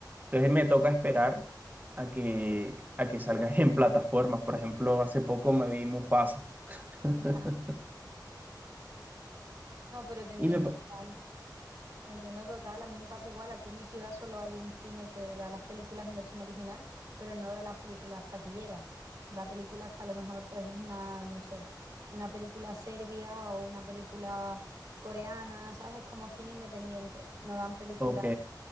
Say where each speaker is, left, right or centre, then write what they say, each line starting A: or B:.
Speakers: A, on the right; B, on the right.
A: Entonces me toca esperar a que, a que salgan <laughs> en plataformas. Por ejemplo, hace poco me vi Mufasa.
B: ya.
A: <laughs>
B: No, pero te entiendo
A: Y me,
B: total. Te entiendo total, a mí me pasa igual, aquí en mi ciudad solo hay un cine que da las películas en versión original, pero no da las películas taquilleras, da películas que a lo mejor pues es una, no sé, una película serbia o una película coreana, ¿sabes? Es como cine independiente, no dan películas,
A: Ok,